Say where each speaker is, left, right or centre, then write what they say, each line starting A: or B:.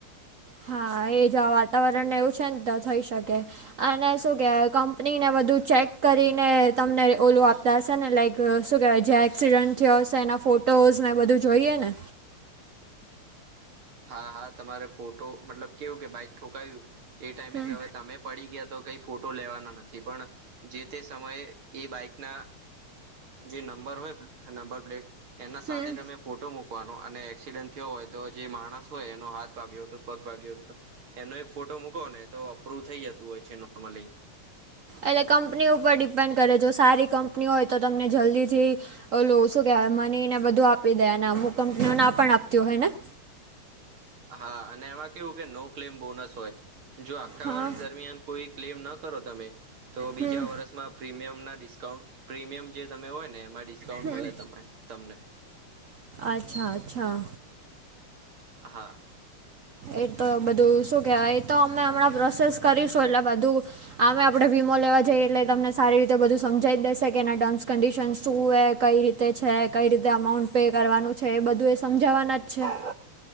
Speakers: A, on the right (about 55°); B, on the right (about 70°).
A: હા એજ વાતાવરણ ને એવું છે ને તો થઈ શકે. અને શું કેવાય કંપનીને બધુ ચેક કરીને તમને ઓલું આપ તશે ને લાઈક શું કહેવાય જે્યાં એક્સિડન્ટ થયો હશે એના ફોટોઝ એ બધું જોઈએ ને
B: હા હા તમારે ફોટો મતલબ કેવું કે બાઈક ઠોકાવ્યું. એ ટાઈમે
A: હમ
B: તો હવે તમે પડી ગયા તો કઈ ફોટો લેવાના નથી પણ જે તે સમયે એ બાઈક ના જે નંબર હોય નંબર પ્લેટ એના
A: હમ
B: સાથે તમે ફોટો મૂકવાનો અને એક્સિડન્ટ થયો હોય તો જે માણ માણસ હોય એનો હાથ ભાગ્યો હતો પગ ભાગ્યો હતો એનો એક ફોટો મૂકો ને તો અપ્રુવ થઈ જતું હોય છે નોર્મલી
A: એટલે કંપની ઉપર ડિપેન્ડ કરે જો સારી કંપની હોય તો તમને જલ્દીથી હલો શું કેવાય મની ને બધું આપી દે ને અમુક કંપનીઓ ના પણ આપતી હોય ને
B: હા અને એમાં કેવું કે નો ક્લેમ બોનસ હોય. જો આખા
A: હા
B: વર્ષ દરમિયાન કોઈ ક્લેમ ના કરો તમે તો બીજા
A: હમ
B: વર્ષમાં પ્રીમિયમના ડિસ્કાઉન્ટ પ્રીમિયમ જે તમે હોય ને એમાં ડિસ્કાઉન્ટ
A: હમ
B: મળે તમે તમને
A: અચ્છા અચ્છા
B: હા.
A: એ તો બધું શું કહેવાય એ તો અમે હમણાં પ્રોસેસ કરીશું એટલે બધું આમે આપણે વીમો લેવા જઈએ એટલે તમને સારી રીતે બધું સમજાવી જ દેશે કે એના ટર્મ્સ કન્ડિશનસ શું હે કઈ રીતે છે કઈ રીતે અમાઉન્ટ પે કરવાનું છે એ બધું એ સમજાવવાના જ છે.